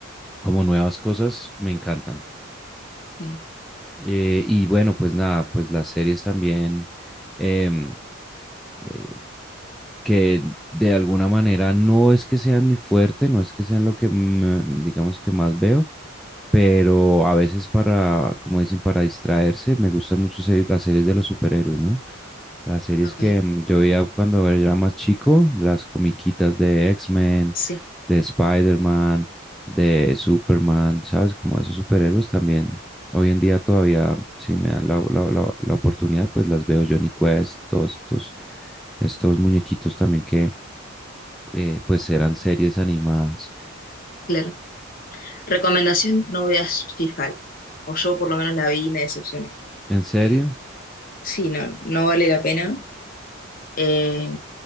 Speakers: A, in the centre; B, on the left.
A: como nuevas cosas, me encantan.
B: Mm,
A: Eh, y bueno, pues nada, pues las series también, em, eh, que de alguna manera no es que sean mi fuerte, no es que sean lo que, me- digamos, que más veo, pero a veces para, como dicen, para distraerse, me gustan mucho series- las series de los superhéroes, ¿no? Las series
B: Ok,
A: que mm, yo veía cuando era más chico, las comiquitas de X-Men,
B: sí,
A: de Spider-Man, de Superman, ¿sabes? Como esos superhéroes también. Hoy en día todavía, si me dan la, la- la- la oportunidad, pues las veo Johnny Quest, todos estos, estos muñequitos también que eh, pues eran series animadas.
B: claro. Recomendación, no veas si falta. O yo por lo menos la vi y me decepcioné.
A: ¿En serio?
B: Eh, sí, no, no vale la pena. Eh,